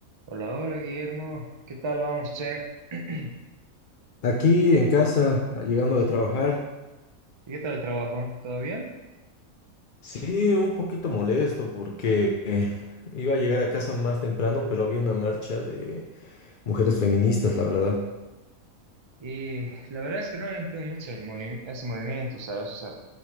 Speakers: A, on the right (about 30°); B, on the left (about 55°).
A: Hola, hola Guillermo, ¿qué tal vamos, che? <clears throat>
B: Aquí en casa, llegando de trabajar,
A: ¿Y qué tal el trabajo? ¿Todo bien?
B: sí, un poquito molesto porque eh, iba a llegar a casa más temprano, pero había una marcha de mujeres feministas, la verdad.
A: Y la verdad es que no entiendo mucho el movi- ese movimiento, ¿sabes? O sea,